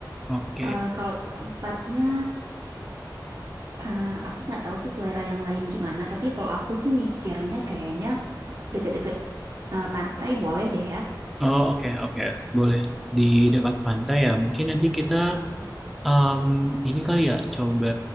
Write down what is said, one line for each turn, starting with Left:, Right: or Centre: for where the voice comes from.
Centre: Oke.
Right: Eh, kalau tempatnya, eh, aku nggak tahu sih selera yang lain gimana. Tapi kalau aku sih mikirnya kayaknya deket-deket eh, pantai boleh deh ya.
Centre: Oh, oke, oke. Boleh. Di dekat pantai ya. Mungkin nanti kita
Right: Ah,
Centre: em, ini kali ya coba